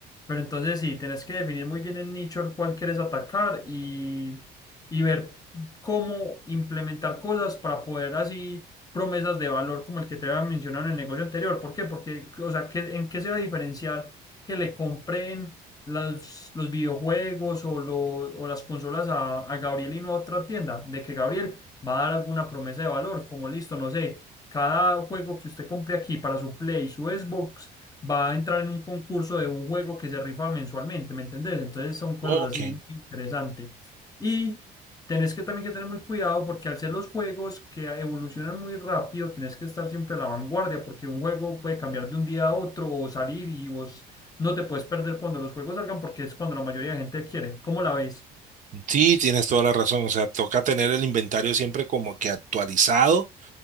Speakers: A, on the left; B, on the right.
A: pero entonces sí, tienes que definir muy bien el nicho al cual quieres atacar y, y ver cómo implementar cosas para poder así promesas de valor como el que te había mencionado en el negocio anterior. ¿Por qué? Porque, o sea, ¿qué- ¿en qué se va a diferenciar que le compren las- los videojuegos o, lo- o las consolas a, a Gabriel y no a otra tienda? De que Gabriel va a dar alguna promesa de valor, como listo, no sé, cada juego que usted compre aquí para su Play, su Xbox, va a entrar en un concurso de un juego que se rifa mensualmente, ¿me entendés? Entonces son cosas
B: Ok.
A: así muy interesantes. Y Tenés que también que tener muy cuidado porque al ser los juegos que evolucionan muy rápido, tenés que estar siempre a la vanguardia porque un juego puede cambiar de un día a otro o salir y vos no te puedes perder cuando los juegos salgan porque es cuando la mayoría de gente quiere. ¿Cómo la ves?
B: Sí, tienes toda la razón, o sea, toca tener el inventario siempre como que actualizado,